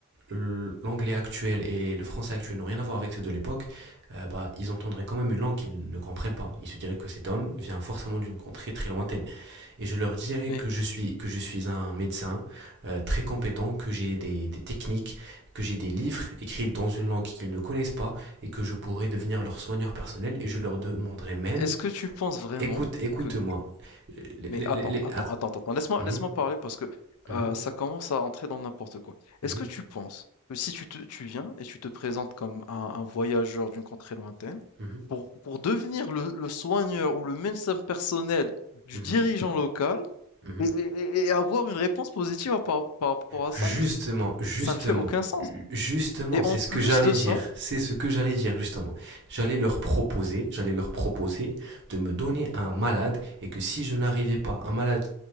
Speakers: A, on the right; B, on the left.
A: euh, l'anglais
B: Bon.
A: actuel et le français actuel n'ont rien à voir avec ceux de l'époque, euh, bah, ils entendraient quand même une langue qu'ils ne comprennent pas. Ils se diraient que cet homme vient forcément d'une contrée très lointaine et je leur dirai
B: Mais
A: que je suis que je suis un médecin euh, très compétent, que j'ai des, des techniques, que j'ai des livres écrits dans une langue qu'ils ne connaissent pas et que je pourrais devenir leur soigneur personnel et je leur demanderai même
B: est-ce que tu penses vraiment
A: écoute écoute-moi
B: que
A: Les-
B: Mais
A: les-
B: attends,
A: les- les-
B: attends,
A: att-
B: attends, attends. Laisse-moi,
A: Mhm,
B: laisse-moi parler parce que
A: mhm,
B: euh, ça commence à entrer dans n'importe quoi.
A: mhm,
B: Est-ce que tu penses que si tu te, tu viens et tu te présentes comme un, un voyageur d'une contrée lointaine,
A: mhm,
B: pour, pour devenir le, le soigneur ou le médecin personnel du
A: mhm,
B: dirigeant local
A: mhm.
B: et, et- et avoir une réponse positive à par, par rapport à
A: Justement,
B: ça, c'est-
A: justement,
B: ça ne fait aucun sens.
A: justement,
B: Et
A: c'est
B: en
A: ce
B: plus
A: que j'allais
B: de
A: dire.
B: ça,
A: C'est ce que j'allais dire, justement. J'allais leur proposer, j'allais leur proposer de me donner un malade et que si je n'arrivais pas, un malade